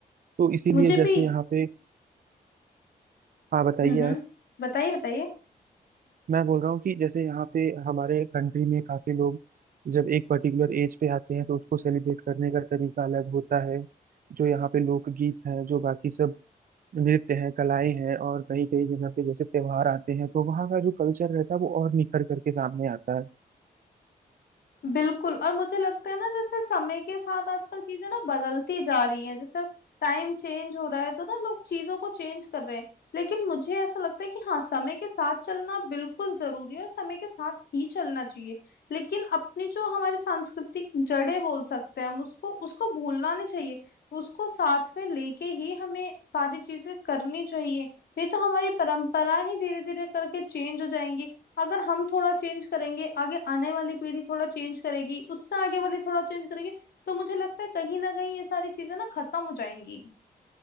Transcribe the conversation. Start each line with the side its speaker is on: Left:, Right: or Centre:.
Right: तो इसीलिए
Left: मुझे
Right: जैसे
Left: भी
Right: यहाँ पे हाँ बताइए
Left: हम्म हम्म
Right: आप
Left: बताइए बताइए
Right: मैं बोल रहा हूँ कि जैसे यहाँ पे हमारे कंट्री में काफी लोग जब एक पर्टिकुलर एज पे आते हैं तो उसको सेलिब्रेट करने का तरीका अलग होता है जो यहाँ पे लोकगीत हैं जो बाकी सब नृत्य हैं कलाएं हैं और कई कई जगह पे जैसे त्योहार आते हैं तो वहाँ का जो कल्चर रहता है वो और निखर करके सामने आता है
Left: बिल्कुल और मुझे लगता है ना जैसे समय के साथ आजकल चीजें ना बदलती जा रही हैं जैसे टाइम चेंज हो रहा है तो ना लोग चीजों को चेंज कर रहे हैं लेकिन मुझे ऐसा लगता है कि हाँ समय के साथ चलना बिल्कुल जरूरी है और समय के साथ ही चलना चाहिए लेकिन अपनी जो हमारी सांस्कृतिक जड़ें बोल सकते हैं हम उसको उसको भूलना नहीं चाहिए उसको साथ में लेके ही हमें सारी चीजें करनी चाहिए नहीं तो हमारी परंपरा ही धीरे धीरे करके चेंज हो जाएंगी अगर हम थोड़ा चेंज करेंगे आगे आने वाली पीढ़ी थोड़ा चेंज करेगी उससे आगे वाली थोड़ा चेंज करेगी तो मुझे लगता है कहीं ना कहीं ये सारी चीजें ना खत्म हो जाएंगी